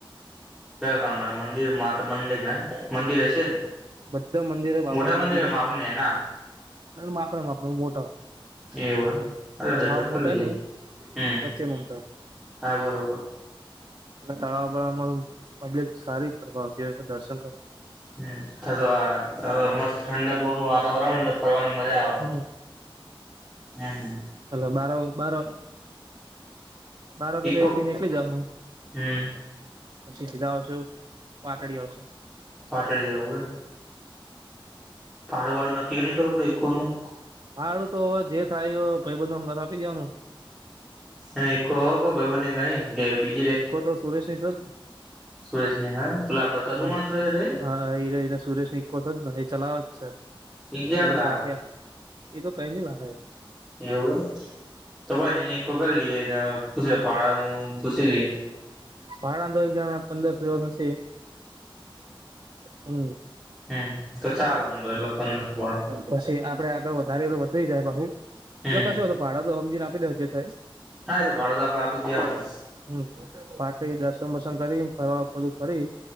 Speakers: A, in the centre; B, on the right.
A: ક કામ મારે મંદિર મા મંદિર ને મંદિર હશે ને.
B: બધા મંદિર બાબર
A: મોટા મંદિર
B: મંદિરે,
A: આપણે નેના
B: માપણા માપણા મોટા.
A: એવય અરે દર્શક
B: હાવ
A: ખરી
B: મોટા
A: દએ,
B: નઈ
A: હમ
B: વચ્ચે મોટા
A: હા બરોબર.
B: તળાવ બળમાં પબ્લિક સારી ફરવા આવતી હોય દર્શન કરવા.
A: હમ અતો મસ્ત ઠંડક નું વાતાવરણ ફરવાની. મજા આવે,
B: હમ
A: હમ હ.
B: હલો બાર બાર બારગે
A: ઈકો
B: એથી નીકળી જા હું.
A: હમ
B: પછી સીધા આવશો, પાટડી આવશે.
A: પાટળ જવુંય. ભાડું વાળું નક્કી નહીં કરવુંડે એકકો નનું.
B: હડું તો હવે જે થાયબંધ આપી દેવાનું.
A: અને કો કોઈ ભબની ન ગે બી.
B: ઈકો તો સુરેશ ની છે જ.
A: સુરેશ ને હા પેલા આપડો ચતુર્ણ
B: હા
A: સુરેશ રે
B: હા એને સુરેશ ઇકો થ જ ને એ ચલાવે જ છે.
A: એગયાર
B: એ
A: લાખ
B: સાથે એ તો કઈ ની લખાય.
A: એવું, તો એને વ કરી લઈએ ને પૂછ લ પાડાનું પૂછ લએ.
B: ભાડા તો એક જણા પંદરસો જેવા થશે હમ્મ
A: હમ્મ તો ચાલો આમ તો એટલે પંદર ભાડું
B: પસી આપડે આગળ વધારીએ તો વધી જાય પાહુ એટલે
A: હમ
B: કશું હો ભાડા તો હમજીને ના આપીદે જે થાય
A: હા એ તો ભાડું તો આપડે આપી જ દેવાનું
B: હમ્મ <unintelligible> દર્શન વર્શન કરી ફરવા બધું ફરી